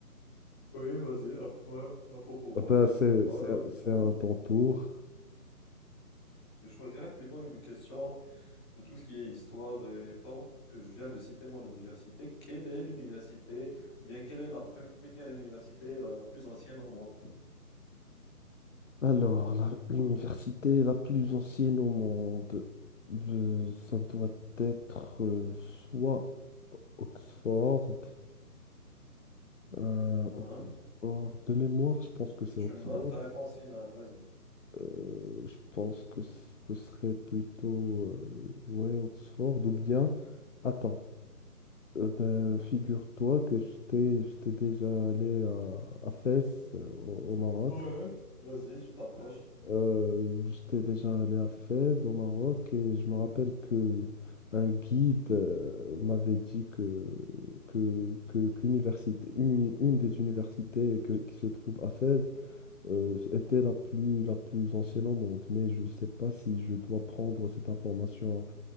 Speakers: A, on the left; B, on the left.
A: Oui, vas-y, un point, un point pour
B: Ah
A: moi,
B: Bah,
A: zéro
B: c'est
A: pour toi.
B: c'est-
A: Du
B: c'est
A: coup,
B: à ton tour.
A: je choisirais plutôt une question. de tout ce qui est histoire. Et tant que je viens de citer mon université, quelle est l'université, ou bien quelle est la première université la, la plus ancienne au monde?
B: Alors, la- l'université la plus ancienne au monde, Euh, ça doit être euh, soit Oxford, euh,
A: Uhum.
B: Oxford de mémoire, je pense que c'est
A: Tu
B: Oxford.
A: me donnes ta réponse finale, vas-y.
B: Euh, je pense que ce serait plutôt euh, ouais, Oxford ou bien. Attends. Euh, ben, figure-toi que j'étais j'étais déjà allé à, à Fès, euh, au, au Maroc.
A: Ouais. Vas-y, tu t'approches.
B: Euh, j'étais déjà allé à Fès, au Maroc, et je me rappelle que un guide euh, m'avait dit que, que, que- qu'université, une, uni- une des universités que- qui se trouve à Fès euh, était la plus, la plus ancienne au monde. Mais je ne sais pas si je dois prendre cette information